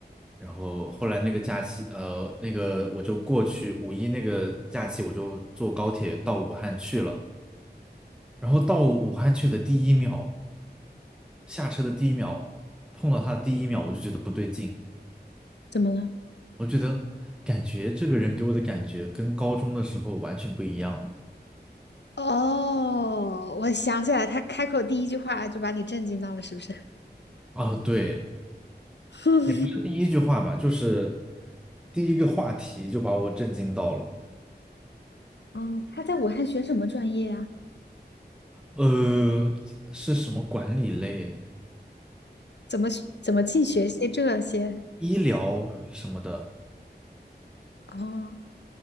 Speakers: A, in the centre; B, on the left.
A: 然后后来那个假期，呃，那个我就过去五一那个假期，我就坐高铁到武汉去了，然后到武汉去的第一秒，下车的第一秒，碰到他的第一秒，我就觉得不对劲，
B: 怎么了？
A: 我觉得感觉这个人给我的感觉跟高中的时候完全不一样了。
B: 哦，我想起来，他开口第一句话就把你震惊到了，是不是？
A: 哦，对，
B: <laughs>
A: 也不是第一句话吧，就是第一个话题就把我震惊到了。
B: 哦，他在武汉学什么专业啊？
A: 呃，是什么管理类？
B: 怎么怎么净学些这些？
A: 医疗什么的，
B: 哦，